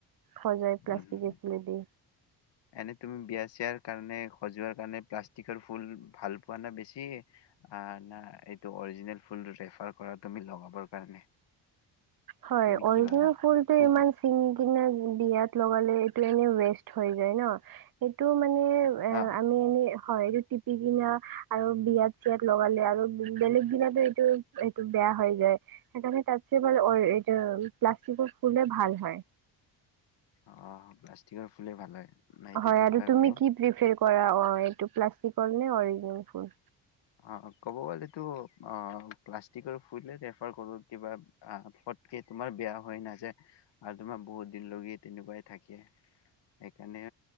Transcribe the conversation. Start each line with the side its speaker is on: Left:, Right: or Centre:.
Right: সজাই প্লাষ্টিকৰ
Left: উম
Right: ফুলেদি
Left: এনে তুমি বিয়া চিয়াৰ কাৰণে সজোৱাৰ কাৰণে প্লাষ্টিকৰ ফুল ভাল পোৱা না বেছি না এইটো অৰিজিনেল ফুল ৰেফাৰ কৰা তুমি লগাবৰ কাৰণে
Right: হয়
Left: তুমি
Right: অৰিজিনেল
Left: কি ভাবা
Right: ফুলটো
Left: কোনটো
Right: ইমান চিঙি কিনে বিয়াত লগালে এইটো এনেও বেষ্ট হৈ যায় ন সেইটো মানে এ
Left: আহ
Right: আমি এনে হয় এইটো টিপি কিনা আৰু বিয়াত চিয়াত লগালে আৰু বেলেগ দিনতো এইটো এইটো বেয়া হৈ যায় সেইকাৰণে তাতকে বাৰু অৰি এ প্লাষ্টিক ফুলে ভাল হয়
Left: অ প্লাষ্টিকৰ ফুলে ভাল হয় না, এইটোতো
Right: হয় আৰু তুমি
Left: বাৰু
Right: কি প্ৰিফাৰ কৰা হয় প্লাষ্টিকৰ নে অৰিজিনেল ফুল
Left: অ ক'ব গ'লে অ প্লাষ্টিকৰ ফুলেই ৰেফাৰ কৰো কিবা ফটক তোমাৰ বেয়া হৈ নাযায় আৰু তোমাৰ বহুত দিন লগে তেনেকুৱাই থাকে সেইকাৰণে